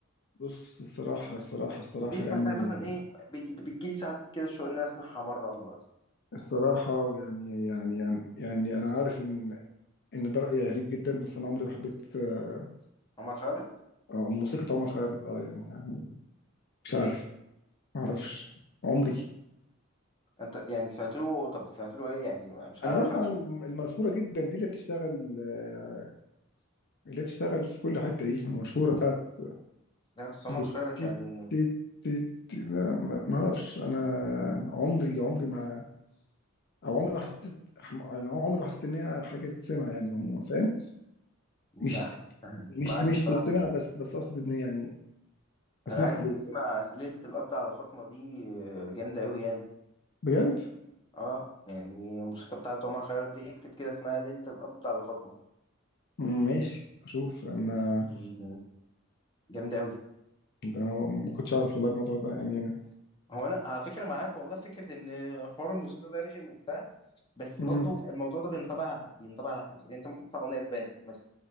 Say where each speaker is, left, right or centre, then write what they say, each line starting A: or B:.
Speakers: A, on the left; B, on the left.
A: بص الصراحه الصراحه الصراحه
B: دي سمعتها
A: يعني
B: مثلا ايه بيجي بتجيلي ساعات كده الشوق ان انا اسمعها مره ولا مرتين
A: الصراحه ويعني يعني يعني يعني انا عارف ان ان ده راي غريب جدا بس انا عمري ما حبيت آه،
B: عمر خيرت
A: آه، موسيقى عمر خيرت اه يعني يعني مش
B: ليه
A: عارف ما اعرفش عمري
B: انت يعني سمعت له طب سمعت له ايه يعني ما- مش عارف
A: انا بسمع
B: حتى
A: الم- المشهوره جدا دي اللي بتشتغل آه، اللي بتشتغل في كل حتة دي المشهورة بتاعت مم.
B: لا بس
A: تي-
B: عمر خيرت يعني
A: تي- تي- تي- لا، ما ما اعرفش انا عمري عمري ما او عمري ما حسيت يعني عمري ما حسيت ان هي حاجة تتسمع يعني عموما فاهم
B: لا
A: مش
B: يعني
A: مش
B: مش معاك
A: مش
B: بصراحه
A: تتسمع بس بس اقصد ان يعني اسمعها
B: انا عايز تسمع
A: ليه
B: ليله القبض على فاطمه دي جامده قوي يعني
A: بجد
B: اه يعني الموسيقى بتاعت عمر خيرت دي اكتب كده اسمها ليله القبض على فاطمه
A: مم، ماشي اشوف انا
B: يعني جامده قوي
A: انا ما كنتش اعرف والله الموضوع ده يعني انا
B: هو انا على فكره معاك والله فكره ان حوار الموسيقى ده رخم وبتاع بس
A: مم.
B: برضو الموضوع ده بينطبع بينطبع على فكره يعني انت ممكن تسمع اغنيه اسباني مثلا